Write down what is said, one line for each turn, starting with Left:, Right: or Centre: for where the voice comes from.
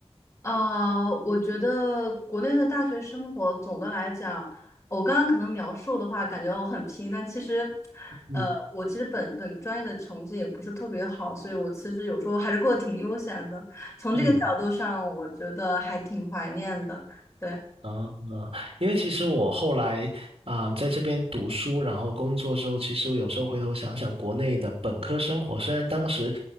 Left: 呃，我觉得国内的大学生活总的来讲，我刚刚可能描述的话，感觉我很拼，但其实，
Right: 嗯
Left: 呃，我其实本本专业的成绩也不是特别好，所以我其实有时候还是过得挺悠闲的。从这个角度上，
Right: 嗯。
Left: 我觉得还挺怀念的。对，
Right: 啊，因为其实我后来啊、在这边读书，然后工作之后，其实我有时候回头想想，国内的本科生活，虽然当时